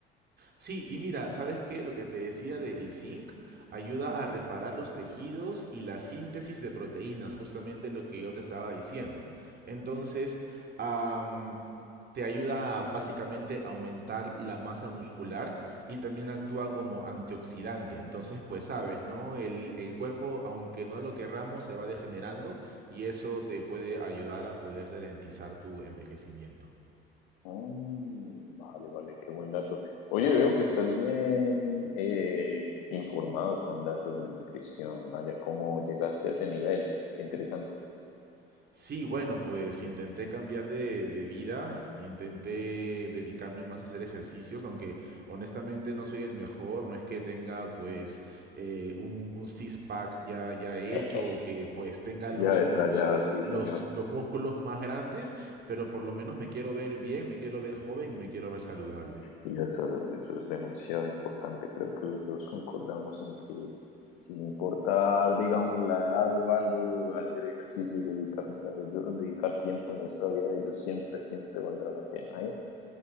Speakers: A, on the right; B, on the left.
A: Sí, y mira, ¿sabes qué? Lo que te decía del zinc ayuda a reparar los tejidos y la síntesis de proteínas, justamente lo que yo te estaba diciendo. Entonces, am, te ayuda a básicamente aumentar la masa muscular y también actúa como antioxidante. Entonces, pues sabes, ¿no? El, el cuerpo, aunque no lo querramos, se va degenerando y eso te puede ayudar a poder ralentizar tu envejecimiento.
B: Mm, vale, vale, qué buen dato. Oye, veo que estás bien eh, informado con datos de nutrición. Vaya, ¿cómo llegaste a ese nivel? Qué interesante.
A: Sí, bueno, pues intenté cambiar de, de vida, intenté dedicarme más a hacer ejercicios, aunque honestamente no soy el mejor, no es que tenga pues eh, un, un six-pack ya, ya hecho
B: <laughs>
A: o que pues tenga
B: Ya
A: los,
B: detallado,
A: los,
B: sí,
A: los,
B: señor.
A: los músculos más grandes, pero por lo menos me quiero ver bien, me quiero ver joven y me quiero ver saludable.
B: Y eso, eso es demasiado importante. Creo que los dos concordamos en que sin importar, digamos, la edad o algo, hacer ejercicio y dedicarnos a ellos, dedicar tiempo de nuestra vida a ellos siempre, siempre valdrá la pena, ¿eh?